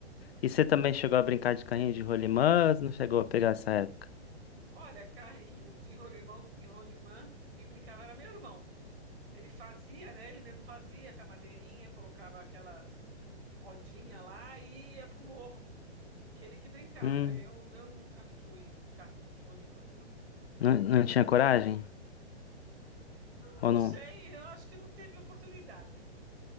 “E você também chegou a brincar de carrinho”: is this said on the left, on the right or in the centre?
Left